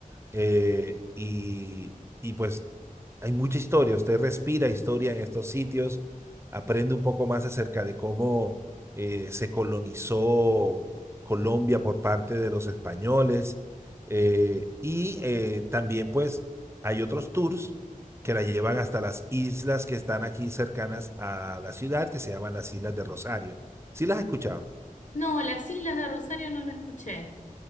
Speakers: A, on the right (about 20°); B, on the left (about 60°).
A: Eh, y, y pues hay mucha historia, usted respira
B: Ujú.
A: historia en estos sitios, aprende un poco más acerca de cómo eh, se colonizó Colombia por parte de los españoles. eh, y eh, también pues hay otros tours que la llevan hasta las islas que están aquí cercanas a la ciudad, que se llaman las Islas de Rosario. ¿Sí las has escuchado?
B: No, las Islas de Rosario no lo escuché.